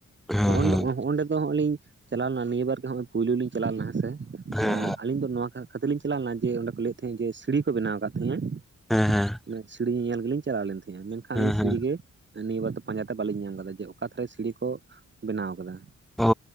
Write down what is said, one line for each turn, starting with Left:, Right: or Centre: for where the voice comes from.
Centre: ᱦᱮᱸ
Right: ᱦᱚᱸᱜᱼᱚᱸᱰ
Centre: ᱦᱮᱸ
Right: ᱚᱸᱰᱮ ᱫᱚ ᱦᱚᱸᱜ ᱞᱤᱧ ᱪᱟᱞᱟᱣ ᱞᱮᱱᱟ ᱱᱤᱭᱟᱹ ᱵᱟᱨ ᱜᱮ ᱦᱚᱜᱼᱚᱭ ᱯᱩᱭᱞᱩ ᱞᱤᱧ ᱪᱟᱞᱟᱣ ᱞᱮᱱᱟ ᱦᱮᱸᱥᱮ,
Centre: ᱦᱮᱸ
Right: ᱮᱸ ᱟᱞᱤᱧ ᱫᱚ ᱱᱚᱣᱟ ᱠᱷᱟ ᱠᱷᱟᱹᱛᱤᱨ ᱞᱤᱧ ᱪᱟᱞᱟᱣ ᱞᱮᱱᱟ ᱡᱮ ᱚᱸᱰᱮ ᱠᱚ ᱞᱟᱹᱭᱮᱫ ᱛᱟᱦᱮᱸᱫ ᱡᱮ ᱥᱤᱲᱤ ᱠᱚ ᱵᱮᱱᱟᱣ ᱠᱟᱫ ᱛᱟᱦᱮᱧᱟ ᱾
Centre: ᱦᱮᱸ ᱦᱮᱸ,
Right: -ᱱᱮᱡ ᱥᱤᱨᱤᱧ ᱧᱮᱧᱮᱞ ᱜᱤ ᱞᱤᱧ ᱪᱟᱞᱟᱣ ᱞᱮᱱ ᱛᱟᱦᱮᱧᱼᱟ ᱢᱮᱱᱠᱷᱟᱱ
Centre: ᱦᱮᱸ
Right: ᱞᱤᱧ
Centre: ᱦᱮᱸ
Right: ᱥᱤᱲᱷᱤ ᱜᱮ ᱱᱤᱭᱟᱹ ᱵᱟᱨ ᱫᱚ ᱯᱟᱸᱡᱟ ᱛᱮ ᱵᱟᱹᱞᱤᱧ ᱧᱟᱢ ᱠᱟᱫᱟ ᱡᱮ ᱚᱠᱟ ᱛᱷᱟᱨᱮ ᱥᱤᱲᱷᱤ ᱠᱚ ᱵᱮᱱᱟᱣ ᱟᱠᱟᱫᱟ!
Centre: ᱚ....